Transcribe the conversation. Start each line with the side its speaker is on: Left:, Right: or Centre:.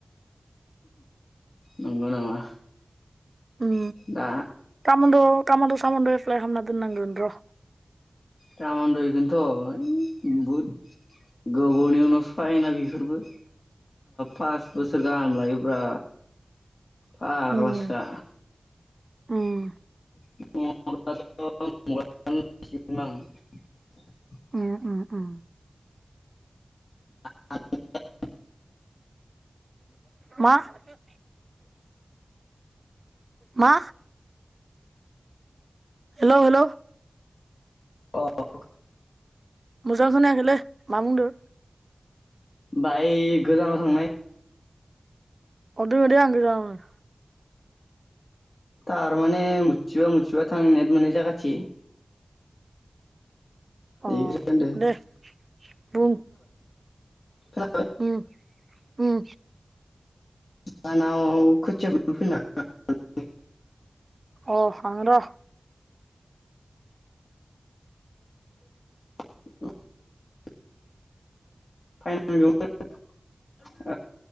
Left: नंगौ नामा।
Right: उम
Left: दा
Right: कामनद कामानद सामद एप्लाय खामना दोननांगोन र।
Left: कामनद एखोनोथ ऐ बहुद गोबावनि उनावसो फायोना बेफोरबो पास बोसोर गाहाम लायोब्रा। फाग्लासोखा
Right: उम उम
Left: <unintelligible> <unintelligible>
Right: उम उम उम।
Left: <unintelligible>
Right: मा? <inaudible> मा? Hello hello.
Left: अह।
Right: मोजां खोनायाखैलै मा बुंदो
Left: बाय गोजानाव थांनाय
Right: अह दोङोदे आं गोजानावनो।
Left: थारमाने मुथिबा मुथिबा थां नेट मोननाय जागाथि।
Right: अह
Left: बेखौसो होनदो
Right: दे बुं
Left: खोनाबाय
Right: उम उम।
Left: दानाव खोथिया <unintelligible>
Right: अह <unintelligible>
Left: <unintelligible> <inaudible>